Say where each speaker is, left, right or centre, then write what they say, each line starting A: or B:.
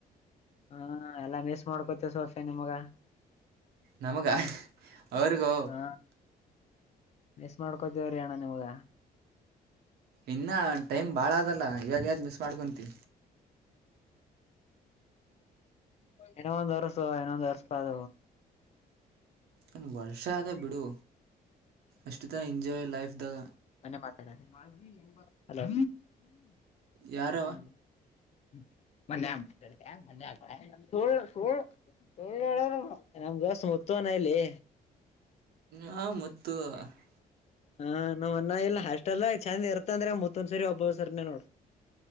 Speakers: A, on the left; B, on the right.
A: ಹ್ಮ ಎಲ್ಲಾ ಮಿಸ್ ಮಾಡ್ಕೋತಿವಿ ಸೋರ್ಫೆ <unintelligible> ನಿಮಗ
B: ನಮಗಾ ಅವರಿಗೂ
A: ಹಾ ಮಿಸ್ ಮಾಡ್ಕೋತೀವ್ರೀ ಅಣ್ಣಾ ನಿಮ್ಗ
B: ಇನ್ನಾ ಟೈಮ್ ಬಾಳ ಅದಲ್ಲಾಇವಾಗ ಯಾಕ ಮಿಸ್ ಮಾಡ್ಕೊಂತಿ.
A: ಇನ್ನೂ ಒಂದ್ ವರ್ಷ ಇನೊಂದ್ ವರ್ಸ <unintelligible> ಪಾದ
B: ಒಂದು ವರ್ಷ ಆದ ಬಿಡು ಅಷ್ಟರದಾಗ ಎಂಜಾಯ್ ಲೈಫ್ದಾಗ
A: ನನ್ನೆ ಮಾಡ ಹಲೋ
B: ಯಾರ
A: ಓಕೆ ನಡ <unintelligible> ಹ್ಮ ಮೊನ್ನೆ <inaudible> ಮ ಸ <unintelligible> ನಮ್ ದೋಸ್ತ ಮುತ್ತಾನ ಇಲ್ಲಿ.
B: ಹ ಮತ್ತು <unintelligible>
A: ಹಾ, ನಾವ್ ಅನ್ನ ಇಲ್ಲ ಹಾಸ್ಟೆಲ್ದಾಗಚಂದ ಇರ್ತ ಅಂದ್ರೆ ಮುತ್ತೊಂದ್ ಸರಿ ಒಬ್ಬ ಸರಿನೇ ನೋಡ.